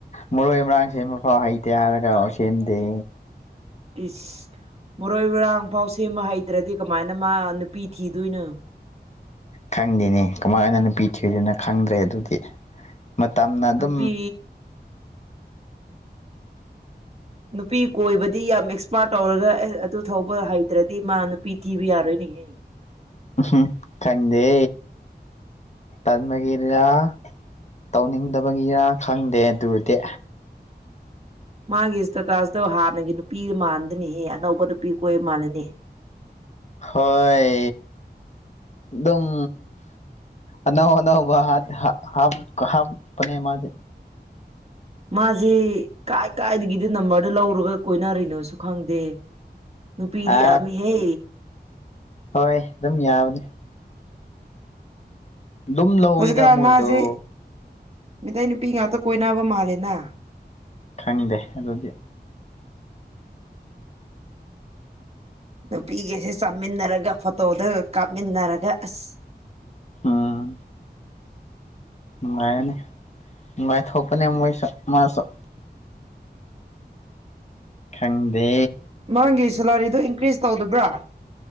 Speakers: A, on the left; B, on the right.
A: ꯃꯔꯣꯏ ꯃꯔꯥꯡ ꯁꯦꯝꯕ ꯐꯥꯎ ꯍꯩꯇꯦ ꯍꯥꯏꯔꯒ ꯁꯦꯝꯗꯦ
B: ꯏꯁ ꯃꯣꯔꯣꯏ ꯃꯔꯥꯡꯐꯥꯎ ꯁꯦꯝꯕ ꯍꯩꯇ꯭ꯔꯗꯤ ꯀꯃꯥꯏꯅ ꯃꯥ ꯅꯨꯄꯤ ꯊꯤꯗꯣꯏꯅꯣ
A: ꯈꯪꯗꯦꯅꯦ ꯀꯃꯥꯏꯅ ꯅꯨꯄꯤ ꯊꯤꯗꯣꯏꯅꯣ ꯈꯪꯗ꯭ꯔꯦ ꯑꯗꯨꯗꯤ ꯃꯇꯝꯅ ꯑꯗꯨꯝ
B: ꯅꯨꯄꯤ ꯅꯨꯄꯤ ꯀꯣꯏꯕꯗꯤ ꯌꯥꯝ ꯑꯦꯛꯁꯄꯥꯔꯠ ꯇꯧꯔꯒ ꯑꯦ ꯑꯗꯨ ꯊꯧꯕ ꯍꯩꯇ꯭ꯔꯗꯤ ꯃꯥ ꯅꯨꯄꯤ ꯊꯤꯕ ꯌꯥꯔꯣꯏꯅꯦꯍꯦ
A: ꯎꯝ ꯈꯪꯗꯦ ꯇꯟꯕꯒꯤꯔꯥ ꯇꯧꯅꯤꯡꯗꯕꯒꯤꯔꯥ ꯈꯪꯗꯦ ꯑꯗꯨꯗꯤ
B: ꯃꯥꯒꯤ ꯏꯁꯇꯦꯇꯥꯁꯇꯣ ꯍꯥꯟꯅꯒꯤ ꯅꯨꯄꯤ ꯃꯥꯟꯗꯅꯤꯍꯦ ꯑꯅꯧꯕ ꯅꯨꯄꯤ ꯀꯣꯏꯕ ꯃꯥꯟꯅꯤꯅꯦ
A: ꯍꯣꯏ ꯑꯦꯗꯝ ꯑꯅꯧ ꯑꯅꯧꯕ ꯍꯥꯠ ꯍꯥ ꯍꯥꯞ ꯀ ꯍꯥꯞ ꯄꯅꯦ ꯃꯥꯗꯤ
B: ꯃꯥꯁꯦ ꯀꯥꯏ ꯀꯥꯏꯗꯒꯤꯗ ꯅꯝꯕꯔꯗ ꯂꯧꯔꯒ ꯀꯣꯏꯅꯔꯤꯅꯣꯁꯨ ꯈꯪꯗꯦ ꯅꯨꯄꯤꯗꯤ
A: ꯑ
B: ꯌꯥꯝꯃꯤꯍꯦ
A: ꯍꯣꯏ ꯑꯗꯨꯝ ꯌꯥꯕꯅꯤ ꯑꯗꯨꯝ ꯂꯧꯋꯦꯗ
B: ꯍꯧꯖꯤꯛꯀꯥꯟ
A: ꯃꯣꯏꯗꯣ
B: ꯃꯥꯁꯤ ꯃꯤꯇꯩꯩ ꯅꯨꯄꯤ ꯉꯥꯛꯇ ꯀꯣꯏꯅꯕ ꯃꯥꯜꯂꯦꯅ
A: ꯈꯪꯗꯦ ꯑꯗꯨꯗꯤ
B: ꯅꯨꯄꯤꯒꯩꯁꯦ ꯆꯥꯃꯤꯟꯅꯔꯒ ꯐꯣꯇꯣꯗꯒ ꯀꯥꯞꯃꯤꯟꯅꯔꯒ ꯑꯁ
A: ꯑꯥ ꯅꯨꯡꯉꯥꯏꯔꯅꯤ ꯅꯨꯡꯒꯥꯏꯊꯣꯛꯄꯅꯦ ꯃꯣꯏꯁꯨ ꯃꯥꯁꯨ ꯈꯪꯗꯦ
B: ꯃꯥꯒꯤ ꯁꯦꯂꯥꯔꯤꯗꯣ ꯏꯟꯀ꯭ꯔꯤꯁ ꯇꯧꯗꯕ꯭ꯔꯥ